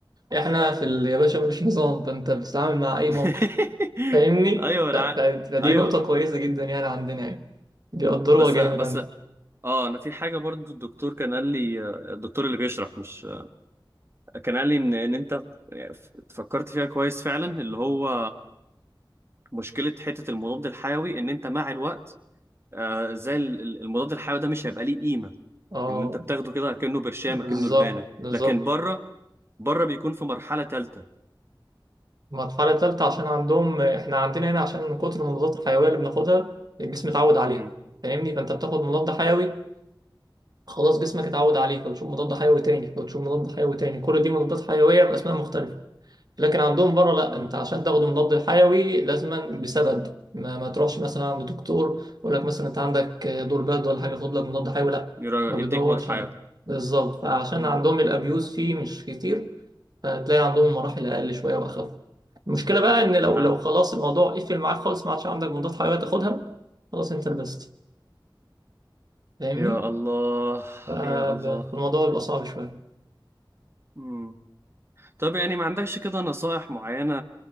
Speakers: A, on the right (about 55°); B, on the right (about 30°).
A: احنا في ال- يا باشا مفيش نظام فانت بتتعامل مع أي
B: <laughs>
A: موقف فاهمني
B: ايوه انا
A: ف- ف-
B: عا-
A: فدي
B: ايوه
A: نقطة كويسة جدا يعني عندنا يعني بيقدروها
B: بس
A: جامد
B: بس
A: عندنا
B: اه انا في حاجه برضو الدكتور كان قال لي آه، الدكتور اللي بيشرح مش كان قال لي ان ان انت فكرت فيها كويس فعلا اللي هو مشكلة حتة المضاد الحيوي إن أنت مع الوقت آه زي ال- ال- المضاد الحيوي ده مش هيبقى ليه قيمة
A: اه
B: إن أنت بتاخده كده كأنه برشامة
A: بالظبط
B: كأنه لبانة
A: بالظبط
B: لكن بره بره بيكون في مرحلة تالتة
A: المرحلة التالتة عشان عندهم احنا عندنا هنا عشان من كتر المضادات الحيوية اللي بناخدها الجسم اتعود عليها
B: امم
A: فاهمني فانت بتاخد مضاد حيوي خلاص جسمك اتعود عليه فتشوف مضاد حيوي تاني فتشوف مضاد حيوي تاني كل دي مضادات حيوية بأسماء مختلفة لكن عندهم بره لا
B: اه
A: انت عشان تاخد مضاد الحيوي لازما بسبب ما, ما تروحش مثلا عند دكتور يقول لك مثلا انت عندك دور برد ولا حاجه خد لك مضاد حيوي لا
B: يرا-
A: ما بيدورش
B: يديك مضاد حيوي
A: عليها بالظبط فعشان
B: امم
A: عندهم الابيوز فيه مش كتير فتلاقي عندهم مراحل اقل شويه واخف المشكله بقى ان لو
B: ده
A: لو خلاص الموضوع قفل معاك خالص ما عادش عندك مضاد حيوي تاخدها خلاص انت لبست فاهمني
B: يا الله
A: فالموضوع
B: يا الله
A: بيبقى صعب شويه
B: امم طب يعني ما عندكش كده نصائح معينة